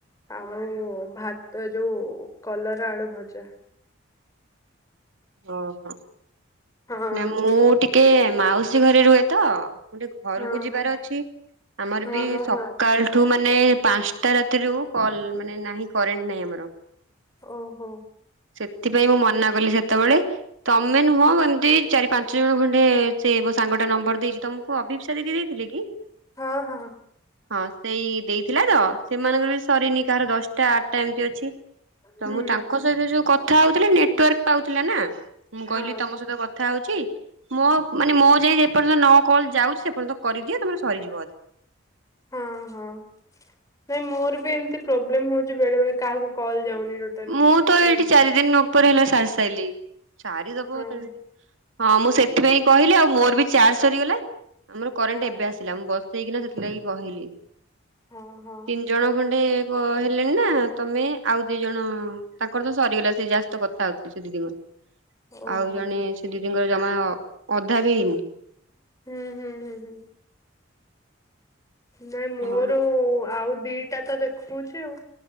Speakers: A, on the left (about 15°); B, on the right (about 75°).
A: ଆଉ ଭାତ, ଯୋଉ କଲରା ଆଳୁ ଭଜା।
B: ଓହୋ।
A: ହଁ
B: ନା, ମୁଁ ଟିକେ ମାଉସୀ ଘରେ ରୁହେ ତ। ମୁଁ ଟିକେ ଘରକୁ
A: ହଁ
B: ଯିବାର
A: ହଁ
B: ଅଛି, ଆମର
A: ହଁ
B: ବି
A: ଓହୋ
B: ସକାଳ ଠୁ ମାନେ ପାଞ୍ଚଟା ରାତିରୁ, କଲ ମାନେ, ନାହିଁ କରେଣ୍ଟ ନାହିଁ ଆମର।
A: ଓହୋ।
B: ସେଥିପାଇଁ ମୁଁ ମନା କଲି ସେତେବେଳେ। ତମେ ନୁହଁ, ଏମିତି ଚାରି ପାଞ୍ଚ ଜଣ ଖଣ୍ଡେ, ସେ ମୋ ସାଙ୍ଗ ଟା ନମ୍ବର ଦେଇଛି ତମକୁ, ଅଭିପ୍ସା ଦିଦି ଦେଇ ଥିଲେ କି?
A: ହଁ ହଁ।
B: ହଁ, ସେଇ ଦେଇଥିଲା ତ ସେମାନଙ୍କର ବି ସରିନି, କାହାର ଦଶଟା, ଆଠଟା ଏମିତି ଅଛି, ତ
A: ହୁଁ
B: ମୁଁ ତାଙ୍କ ସହିତ ଯୋଉ କଥା ହଉଥିଲି, ନେଟୱାର୍କ କଥା ହେଉଥିଲା ନା, ମୁଁ
A: ହଁ
B: କହିଲି ତମ ସହିତ କଥା ହଉଛି ମୋ ମାନେ ମୋ ଯାଏ ଯେ ପର୍ଯ୍ୟନ୍ତ ନ କଲ୍ ଯାଉଛି, ସେ ପର୍ଯ୍ୟନ୍ତ କରିଦିଅ, ତମର ସରିଯିବ ଅଧେ।
A: ହଁ ହଁ। ନାଇଁ, ମୋର ବି ଏମିତି ପ୍ରୋବ୍ଲେମ୍ ହଉଛି, ବେଳେ ବେଳେ କାହାକୁ କଲ୍ ଯାଉନି। ଟୋଟାଲି।
B: ମୁଁ ତ ଏଇଠି
A: ଏବେ
B: ଚାରି ଦିନି ଉପରେ ହେଲା ସାରି ସାଇଲେଇଁ।
A: ହଁ
B: ହଁ, ମୁଁ ସେଥିପାଇଁ କହିଲି ଆଉ ମୋର ବି ଚାର୍ଜ ସରିଗଲା, ଆମର
A: ହଁ
B: କରେଣ୍ଟ୍ ଏବେ
A: ହଁ
B: ଆସିଲା। ମୁଁ ସେଇକିନା ସେଥିଲାଗି କହିଲି।
A: ହଁ ହଁ ହଁ
B: ତିନି ଜଣ ଖଣ୍ଡେ କହିଲି ନା, ତମେ ଆଉ ଦେଇ ଦି ଜଣ ତାଙ୍କର ତ ସରିଗଲା, ସେ ଯା ସହିତ କଥା ହଉଥିଲି, ସେ ଦିଦିଙ୍କର,
A: ଓହୋ
B: ଆଉ ଜଣେ ସେ ଦିଦିଙ୍କର ଜମା ଅଧା ବି ହେଇନି।
A: ହୁଁ ହୁଁ ହୁଁ ହୁଁ। ନାଇଁ, ମୋର
B: ହଁ
A: ଆଉ ଦିଟା ତ ଦେଖଉଛି ଆଉ।